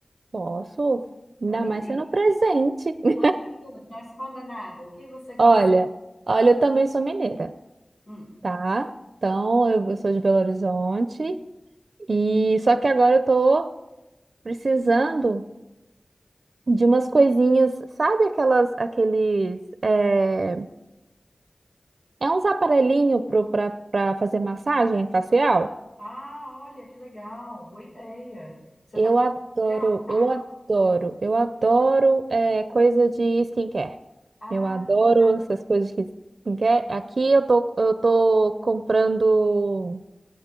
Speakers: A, on the right; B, on the left.
A: Posso?
B: Então,
A: Ainda
B: me
A: mais
B: diga,
A: sendo presente. <laughs>
B: conte-me tudo, não esconda nada. O que você gosta?
A: Olha, olha, eu também sou mineira,
B: Hum.
A: tá? Então, eu eu sou de Belo Horizonte e só que agora eu tô precisando de umas coisinhas, sabe aquelas, aqueles, é, é uns aparelhinho pro, pra, pra fazer massagem facial?
B: Ah, olha, que legal, boa ideia. Você está
A: Eu
B: precisando
A: adoro,
B: relaxar.
A: eu adoro, eu adoro é, coisa de skincare.
B: Ah,
A: Eu adoro
B: que legal.
A: essas coisas de skincare. Aqui eu tô, eu tô comprando